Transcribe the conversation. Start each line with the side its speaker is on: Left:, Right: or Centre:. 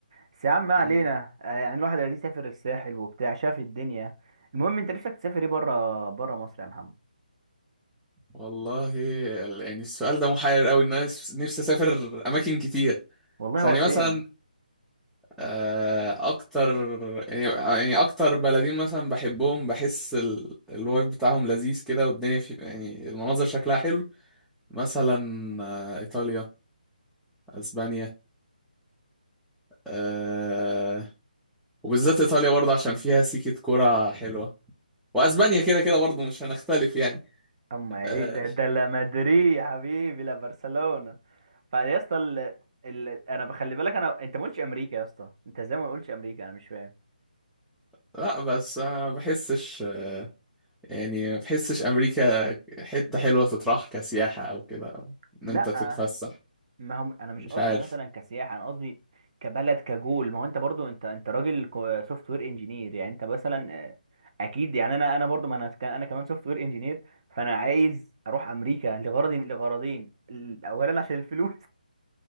Right: بس يا عم ما
Centre: مم.
Right: علينا آه، يعني الواحد اللي سافر الساحل وبتاع شاف الدنيا المهم انت نفسك تسافر ايه بره بره مصر يا محمد
Centre: والله ال- يعني السؤال ده محير قوي ان انا نفس- نفسي اسافر اماكن كتير
Right: والله
Centre: بس
Right: هو
Centre: يعني
Right: سيم
Centre: مثلا آه، اكتر يعني يعني اكتر بلدين مثلا بحبهم بحس ال- الوايب بتاعهم لذيذ كده والدنيا في يعني المناظر شكلها حلو مثلا آه، ايطاليا اسبانيا أه وبالذات ايطاليا برضه عشان فيها سيكة كرة حلوة واسبانيا كده كده برضه مش هنختلف يعني
Right: اما ايه
Centre: أه
Right: ده ده لا مدريد يا حبيبي لا برشلونة فيا اسطى ال... ال... انا بخلي بالك انا انت ما قلتش امريكا يا اسطى انت ازاي ما قلتش امريكا انا مش فاهم
Centre: <laughs> لا بس انا ما بحسش يعني ما بحسش امريكا حتة حلوة تطرح كسياحة او كده أو
Right: لا
Centre: ان انت تتفسح
Right: ما هم انا مش
Centre: مش
Right: قصدي
Centre: عارف
Right: مثلا كسياحة انا قصدي كبلد كجول ما هو انت برضو انت انت راجل سوفت وير انجينير يعني انت مثلا آه، اكيد يعني انا انا برضو ما انا كان- انا كمان سوفت وير انجينير فانا عايز اروح امريكا لغرض لغرضين ال- اولا عشان الفلوس